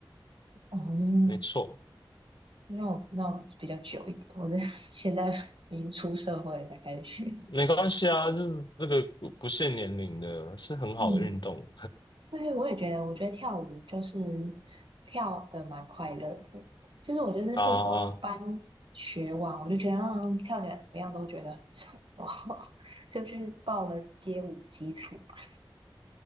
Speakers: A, on the right; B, on the left.
A: 哦？
B: 没错，
A: 那我那我比较久一点，我是 <laughs> 现在已经出社会了才开始学。
B: 没关系啊，就是这个不不限年龄的，是很好的运动
A: 嗯，对，我也觉得，我觉得跳舞就是跳的蛮快乐的，就是我就是副歌班
B: <laughs> 啊
A: 学完，我就觉得嗯跳起来怎么样都觉得很丑，然后 <laughs> 就去报了街舞基础班